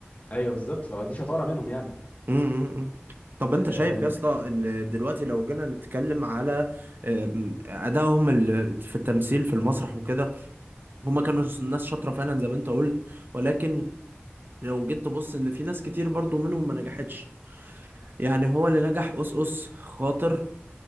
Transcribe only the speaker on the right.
امم طب انت
شايف يا اسطى ان دلوقتي لو جينا نتكلم على آم، ادائهم ال- في التمثيل في المسرح وكده هما كانوا س- ناس شاطره فعلا زي ما انت قلت ولكن لو جيت تبص ان في ناس كتير برضو منهم ما نجحتش يعني هو اللي نجح اس اس خاطر